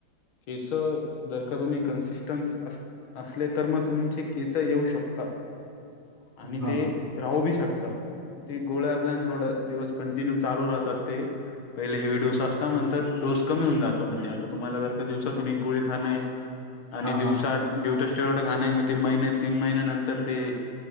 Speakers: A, on the left; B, on the right.
A: केस, जर का तुम्ही कन्सिस्टन्स असले तर मग तुमचे केस येऊ शकतातऽ
B: हां
A: आणि ते
B: हां
A: राहू बी शकतात. ते गोळे आपल्यान थोड दिवस कंटिन्यू चालू राहतात ते,,, पहिले हेवी डोस असता, नंतरडोस कमी होऊन जातो, म्हणजे आता तुम्हाला जरऽ दिवसातून एक गोळी खान य, आणि
B: हां
A: दिवऽ
B: हां
A: वढ खाणय, म ते महिन, तीन महिन्या नंतर तेऽ